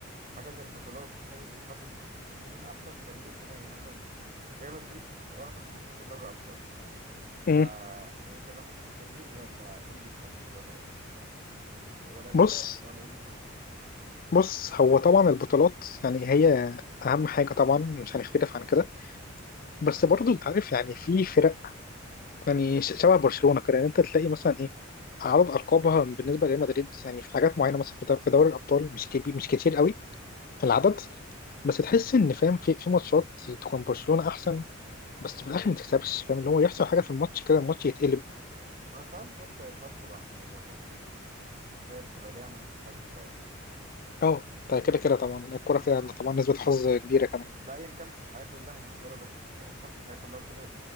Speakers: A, on the right; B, on the left.
A: حاجه زي البطولات هي اللي بتحدد مين احسن فريق وكده يعني مثلا ريال مدريد واخده 15 دوري ابطال
B: أم،
A: فهي كده احسن فريق ولا ايه اللي بيحدد ولا إيه؟ إيه، ولا الاداء
B: بص
A: ولا ايه بالظبط
B: بص هو طبعا البطولات يعني هي اهم حاجه طبعا مش هنختلف عن كده بس برضه انت عارف يعني في فرق يعني ش- شبه برشلونة كده يعني انت تلاقي مثلا ايه اعراض القابها بالنسبه لريال مدريد يعني في حاجات معينه مثلا في دو- في دوري الابطال مش كبير مش كتير قوي في العدد بس تحس ان فاهم في في ماتشات تكون برشلونه احسن بس في الاخر ما تكسبش فاهم اللي هو يحصل حاجه في الماتش كده الماتش يتقلب
A: ما أنا ساعات بص هي ساعات بتبقى حظوظ برضه فاهمني يعني بحس إن هي بتبقى ليها نسبة حظ شوية
B: اه ده كده كده طبعا الكوره فيها طبعا نسبه حظ كبيره كمان
A: ده أيا كان في الحياة كلها مش كورة بس بس أيا كان في الحياة كلها وكده